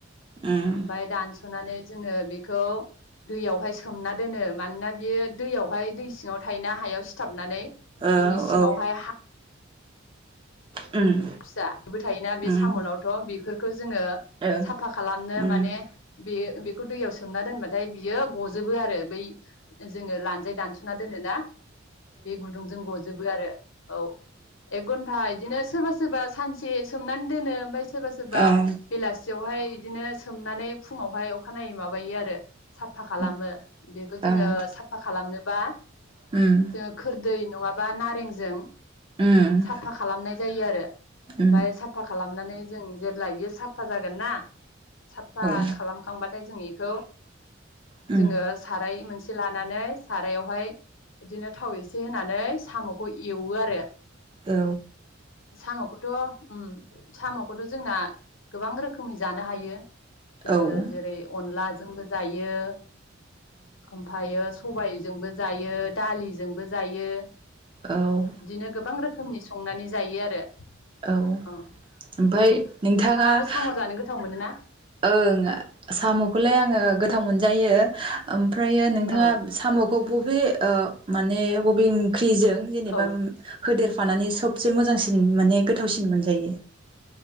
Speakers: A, on the right (about 25°); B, on the left (about 70°).
A: उम
B: ओमफाय दानस'नानै जोङो बेखौ दैयावहाय सोमना दोनो मानोना बियो दैयावहाय दै सिङाव थायोना हायाव सिथाबनानै
A: औ
B: बिनि
A: औ
B: सिङावहाय हा
A: उम
B: फिसाबो थायोना
A: उम
B: बे साम'नावथ' बेफोरखो जोङो
A: ओ
B: साफा खालामनो
A: उम
B: माने बे बेखौ दैयाव सोमना दोनबाथाय बियो गजोबो आरो बै जोङो लानजाय दानस'ना दोनोना बे गुदुंजों गजोबो आरो औ एक घन्टा इदिनो सोरबा सोरबा सानसे सोमनान दोनो ओमफाय सोरबा सोरबा
A: औ ओ
B: बेलासियावहाय इदिनो सोमनानै फुङावहाय अखानायै माबायो आरो साफा खालामो
A: ओं
B: बेखौ जोङो
A: ओं
B: साफा खालामनोबा
A: ओं
B: जोङो खोरदै नङाबा नारेंजों
A: उम
B: साफा खालामनाय जायो आरो
A: उम
B: ओमफाय साफा खालामनानै जों जेब्ला इयो साफा जागोन ना साफा
A: औ
B: खालामखांबाथाय जों इखौ
A: उम
B: जोङो साराय मोनसे लानानै सारायावहाय इदिनो थाव एसे होनानै साम'खौ एवो आरो
A: औ
B: साम' खौथ' उम साम'खौथ' जोंना गोबां रोखोमै जानो हायो जोङो
A: औ औ
B: जेरै अनलाजोंबो जायो ओमफायो सबायजोंबो जायो दालिजोंबो जायो
A: औ
B: इदिनो गोबां रोखोमनि संनानै जायो आरो
A: औ
B: अ'
A: ओमफाय
B: नों
A: नोंथाङा
B: नोंथाङाबो साम' जानो गोथाव मोनोना
A: ओं <unintelligible> साम'खौलाय आङो गोथाव मोनजायो ओम फ्रायो नोंथाङा
B: औ
A: <unintelligible> साम'खौ बबे ओ माने बबे ओं ख्रिजों जेनेबा
B: औ
A: उम होदेर फानानै सबसे मोजांसिन माने गोथावसिन मोनजायो